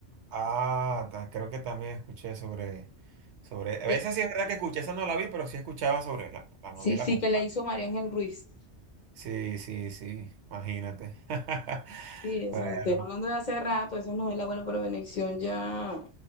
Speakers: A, on the right; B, on the left.
A: Ah, ta- creo que también escuché sobre, sobre, a
B: Que-
A: veces sí es verdad que escuché, esa no la vi, pero sí escuchaba sobre la, la novela
B: Sí, sí,
A: como
B: que la
A: tal.
B: hizo María Ángel Ruiz.
A: Sí, sí, sí, imagínate. <laughs>
B: Sí, o
A: Bueno,
B: sea, te estoy hablando de hace rato, esas novelas bueno, pero Venevisión ya,